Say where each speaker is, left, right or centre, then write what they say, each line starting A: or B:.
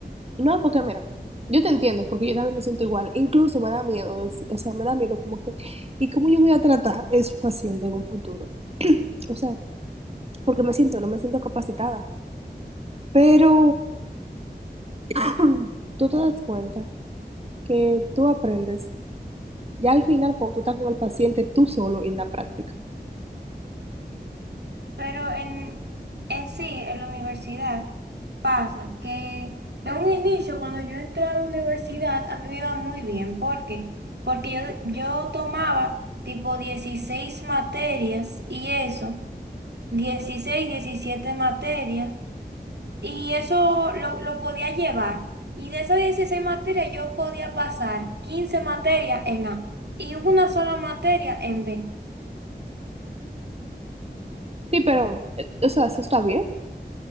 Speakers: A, on the right; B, on the right.
A: No, porque mira, yo te entiendo, porque yo también me siento igual. Incluso me da miedo decir, o sea, me da miedo como que, ¿y cómo yo voy a tratar a esos pacientes en un futuro? <clears throat> O sea, porque me siento, no me siento capacitada. Pero <clears throat> tú te das cuenta que tú aprendes Ya al final, cuando tú estás con el paciente tú solo en la práctica.
B: Pero en, en sí, en la universidad pasa que en un inicio, cuando yo entré a la universidad, a mí me iba muy bien. ¿Por qué? Porque yo, yo tomaba tipo 16 materias y eso, dieciséis diecisiete materias Y eso lo, lo podía llevar. Y de esas 16 materias yo podía pasar 15 materias en A y una sola materia en B.
A: Sí, pero, eh, o sea, eso está bien.